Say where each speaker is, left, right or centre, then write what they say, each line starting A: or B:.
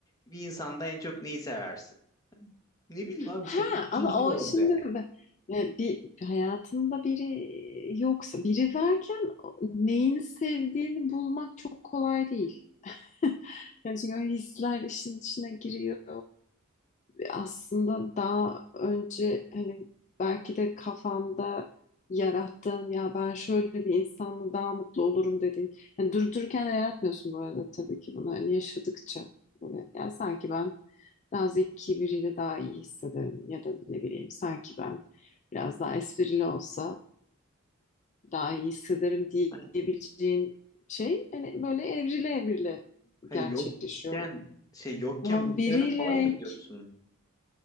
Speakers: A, on the left (about 15°); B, on the left (about 35°).
A: bir insanda en çok neyi seversin? Ne bileyim abi
B: Ha
A: işte bütüncül
B: ama
A: oldu
B: o şimdi e, bir hayatında biri yoksa biri varken o- neyini sevdiğini bulmak çok kolay değil. <laughs> Yani çünkü o hisler işin içine giriyor. aslında daha önce hani belki de kafanda yarattığın ya ben şöyle bir insanla daha mutlu olurum dediğin. Hani durup dururken de yaratmıyorsun bu arada tabii ki bunu hani yaşadıkça böyle yani sanki ben daha zeki biriyle daha iyi hissederim ya da ne bileyim sanki ben biraz daha esprili olsa daha iyi hissederim
A: yani.
B: diyebileceğin şey hani böyle evrile evrile
A: Ha,
B: gerçekleşiyor.
A: yokken şey yokken
B: Ama
A: bunu
B: biriyle
A: söylemek kolay mı diyorsun?